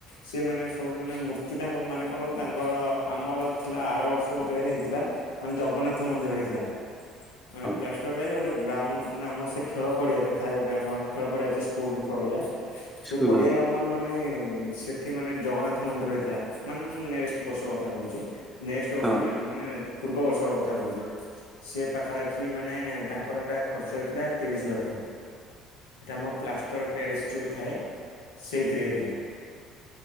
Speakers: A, on the left; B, in the centre.
A: ସିଏ ମାନେ ସବୁ ମାନେ ମୂର୍ତ୍ତି ତାଙ୍କ ମାନେ କଣ କିଲ ତାଙ୍କର ଆମର ଥିଲା ଆର ବର୍ଷ ଗୋଟେ ହେଇଥିଲା ଜଗନ୍ନାଥ ମନ୍ଦିର ହେଇଥିଲା ମାନେ
B: ହଁ
A: ପ୍ଲାଷ୍ଟର ପାଇଁ ଗୋଟେ ଗ୍ରାଉଣ୍ଡ ମାନେ ଆମର ସେ ଖେଳ ପଡିଆରେ ଥାଏ ଗୋଟେ ଆମର ଖେଳ ପଡିଆ ଅଛି ସ୍କୁଲ ପଡିଆ ସେ
B: ସ୍କୁଲ
A: ପଡିଆରେ ଆମର ମାନେ ସେଠି ମାନେ ଜଗନ୍ନାଥ ମନ୍ଦିର ହେଇଥିଲା ମାନେ ମୁଁ ନେକ୍ସଟ ବର୍ଷ କଥା କହୁଚି ନେକ୍ସଟ୍ ବର୍ଷ
B: ହଁ
A: ନେ ମାନେ ପୂର୍ବ ବର୍ଷ କଥା କହୁଚି ସେ ପାଖାପାଖି ମାନେ ତାଙ୍କର ଏଟା ଖର୍ଚ୍ଚ ହେଇଥିଲା ତିରିଶ ଲକ୍ଷ। ଏଟା ଆମ ପ୍ଲାଷ୍ଟର ପ୍ୟାରିସ୍ ଯୋଉ ଥାଏ ସେଇଥିରେ ହେଇଥିଲା।